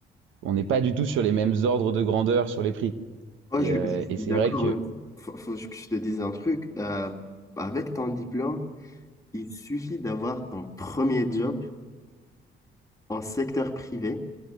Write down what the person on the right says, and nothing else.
on n'est pas du tout sur les mêmes ordres de grandeur sur les prix.
Et,
euh,
et c'est
vrai que